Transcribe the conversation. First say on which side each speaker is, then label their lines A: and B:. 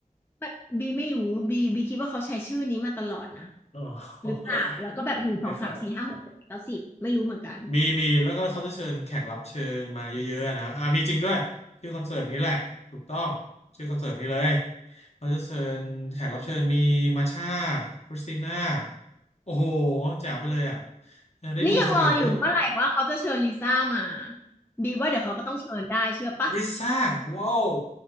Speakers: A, on the left; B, on the left.
A: ไม่บีไม่รู้บีบีคิดว่าเขาใช้ชื่อนี้มาตลอดนะ
B: อ๋อ <laughs>
A: หรือเปล่าแล้วก็แบบหนึ่งสองสามสี่ห้าหกเจ็ดแปดเก้าสิบไม่รู้เหมือนกัน
B: คล้ายๆ มีมีแล้วก็เขาจะเชิญแขกรับเชิญมาเยอะๆนะอ่ามีจริงด้วยชื่อคอนเสิร์ตนี้แหละถูกต้องชื่อคอนเสิร์ตนี้เลยเขาจะเชิญแขกรับเชิญมีมาช่าคริสติน่าโอ้โหแจ๋วไปเลยอ่ะเออได้ดูคนอื่นด้วย
A: นี่ยังรออยู่เมื่อไหร่ว่าเขาจะเชิญลิซ่ามาบีว่าเดี๋ยวเขาก็ต้องเชิญได้เชื่อปะ
B: ริซ่าว้าว